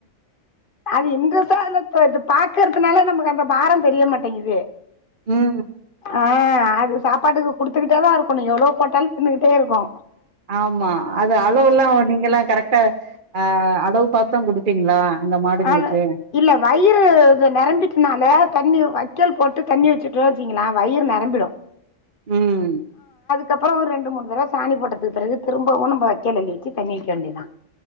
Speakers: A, on the left; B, on the right.
A: அது இன்ற சாலப் போ இது பாக்கறதுனால நமக்கு அந்த பாரந்தெரிய மாட்டேங்கிது
B: ம்
A: ஆ அது சாப்பாட்டுக்கு குடுத்துக்கிட்டே தா இருக்கணூ எவ்ளோ போட்டாலூ தின்னுகிட்டே இருக்கூ
B: ஆமா அது அளவுல்லா நீங்கல்லா கரெக்டா ஆ ளவு பாத்த்தா குடுப்பீங்களா அந்த மாடுகளுக்கு
A: ஆ இல்ல வயிறு இது நெரம்பிட்டுனாலே தண்ணி வக்கேல் போட்டு தண்ணி வச்சுட்டோ வச்சுங்கிளே வயிறு நெரம்பிடூ
B: ம்
A: கப்றோ ஒரு ரெண்டு மூணு தடவ சாணி போட்டதுக் பிறகு திரும்பவூ நம்ம வக்கேல் அள்ளி வச்சு தண்ணி வெக்க வேண்டிதா